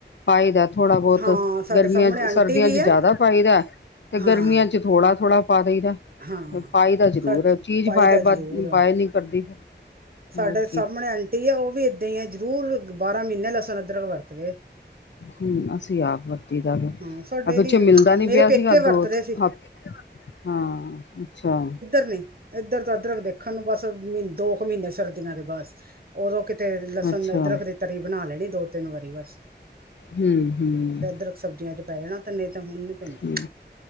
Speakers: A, on the left; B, on the right.
A: ਪਾਈ ਦਾ ਥੋੜ੍ਹਾ ਬਹੁਤ
B: ਹਾਂ ਸਾਡੇ
A: ਗਰਮੀਆਂ
B: ਸਾਹਮਣੇ
A: ਚ
B: ਆਂਟੀ
A: ਸਰਦੀਆਂ
B: ਵੀ
A: ਚ
B: ਹੈ
A: ਜ਼ਿਆਦਾ ਪਾਈ ਦਾ ਤੇ
B: ਹਾਂ
A: ਗਰਮੀਆਂ ਚ ਥੋੜ੍ਹਾ-ਥੋੜ੍ਹਾ ਪਾ ਦੇਈ ਦਾ
B: ਹਾਂ
A: ਪਾਈ ਦਾ ਜ਼ਰੂਰ
B: ਸਾ
A: ਏ ਚੀਜ਼
B: ਪਾਈ
A: ਵਾਈ
B: ਦਾ ਜ਼ਰੂਰ
A: ਬਾਦੀ
B: ਆ।
A: ਨਹੀ ਕਰਦੀ
B: ਸਾਡੇ
A: ਹੋਰ ਕੀ
B: ਸਾਹਮਣੇ ਆਂਟੀ ਆ ਉਹ ਵੀ ਏਦਾਂ ਹੀ ਆ ਜ਼ਰੂਰ ਬਾਰਾਂ ਮਹੀਨੇ ਲਸਣ ਅਦਰਕ ਵਰਤਦੀ ਏ
A: ਹੂੰ ਅਸੀਂ ਆਪ ਵਰਤੀ ਦਾ ਵਾ
B: ਹਾਂ ਸਾਡੇ
A: ਆ ਪਿੱਛੇ
B: ਨੀ
A: ਮਿਲਦਾ ਨੀ
B: ਮੇਰੇ
A: ਪਿਆ
B: ਪੇਕੇ
A: ਸੀਗਾ ਦੋ
B: ਵਰਤਦੇ ਸੀ
A: ਹਫਤੇ ਹਾਂ, ਅੱਛਾ
B: ਨਹੀਂ ਇੱਧਰ ਤਾਂ ਅਦਰਕ ਦੇਖਣ ਨੂੰ ਬਸ ਮਹੀਨ ਦੋ ਕੁ ਮਹੀਨੇ ਸਰਦੀਆਂ ਦੇ ਬਸ ਉਦੋਂ ਕਿਤੇ ਲਸਣ
A: ਅੱਛਾ
B: ਅਦਰਕ ਦੀ ਤਰੀ ਬਣਾ ਲੈਣੀ ਦੋ ਤਿੰਨ ਵਾਰੀ ਬਸ
A: ਹੂੰ ਹੂੰ
B: ਤੇ ਅਦਰਕ ਸਬਜ਼ੀਆਂ ਚ ਪੈ ਜਾਣਾ ਤੇ ਨਹੀਂ ਤੇ ਹੁਣ ਨਹੀਂ ਪੈਂਦਾ
A: ਹੂੰ